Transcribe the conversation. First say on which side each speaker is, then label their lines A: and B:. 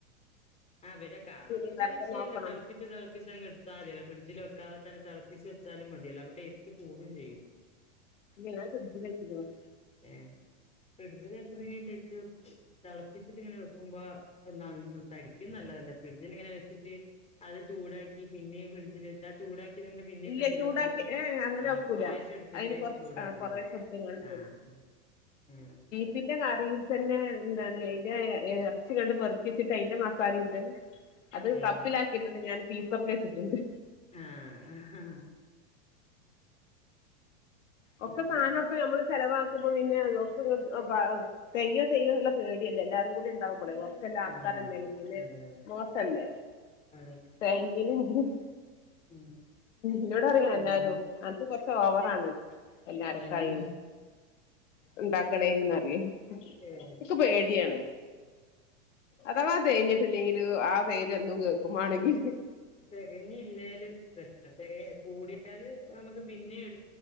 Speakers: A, on the left; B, on the left.
A: ആ പിന്നെ കറി
B: ഇന്നലത്തെ
A: വിഷയല്ല
B: നോക്കണം
A: തിളപ്പിച്ച്‌ തിളപ്പിച്ച് അങ്ങ് എടുത്താ മതി അല്ല ഫ്രിഡ്ജില് വക്കാതെ തന്നെ തിളപ്പിച്ച് ച്ചാലും മതിയല്ലോ അപ്പൊ ടേസ്റ്റ് കൂടും ചെയ്യും
B: ഞാൻ ഫ്രിഡ്ജില് വെച്ച്
A: ഏഹ് ഫ്രിഡ്ജില് വെക്കുന്നെട്ട് തിളപ്പിച്ചിട്ട് ഇങ്ങനെ വെക്കുമ്പോ <unintelligible> ക്കും നല്ലതല്ല ഫ്രിഡ്ജിൽിങ്ങനെ വെച്ചിട്ട് അത് ചൂടാക്കി പിന്നെയും ഫ്രിഡ്ജിൽ വെച്ച് ആ ചൂടാക്കി ന്നത് പിന്നേം
B: ഇല്ല
A: ഫ്രിഡ്ജിൽ
B: ചൂടാക്കി
A: വെക്കുന്നത്
B: ഏ അങ്ങനെ
A: ആ
B: വെക്കൂല
A: കൊറേശെ എടുത്തിട്ട്
B: അതിന് കൊറച്ച്
A: ചൂടാക്കുന്നത്
B: ആ കൊറേശെ എടുത്ത്ങ്ങാണ്ട്
A: ആഹ് മ്
B: പിന്നെ കറിയിൽ തന്നെ എന്താണ് അയിന്റെ ഇറച്ചി കണ്ട് പെറുപ്പിച്ചിട്ട് അയിന്റെ മസാല ഇണ്ട് അത്
A: ഏഹ്
B: കപ്പിലാക്കിയിട്ടുണ്ട് ഞാൻ ഫ്രീസർ വെച്ചിട്ടുണ്ട്
A: ആഹ് പിന്നെ
B: ഒക്കെ സാനൊക്കെ നമ്മള് ചെലവാ മുമ്പ് പിന്നെ <unintelligible> പെയ്യോ ചെയ്യോ എന്നുള്ള പേടിയല്ല എല്ലാരും കൂടി ഇണ്ടാവുമ്പളെ ല്ല ആൾക്കാരല്ലേ
A: ആഹ് അതെ
B: അല്ലെങ്കില്
A: അതെ
B: മോസല്ലേ
A: അതെ അതെ
B: തേങ്ങീം ഉം
A: ഉം
B: എന്നോട് അറയും
A: പിന്നെ
B: എല്ലാരോം ആ ഇത് കൊറച്ച് ഓവറാണ് എല്ലാ അരക്കായ
A: ഏഹ്
B: ഉണ്ടാക്കണേന്ന അറിയ
A: ഏഹ്
B: ഇക്ക് പേടിയാണ് അഥവാ തേഞ്ഞിട്ടില്ലെങ്കില് ആ പേരെന്നും കേക്കും മാണങ്കി
A: തെകഞ്ഞില്ലേല് പ്രശ്നം <unintelligible> കൂടിയാല് നമുക്ക് പിന്നെ എടു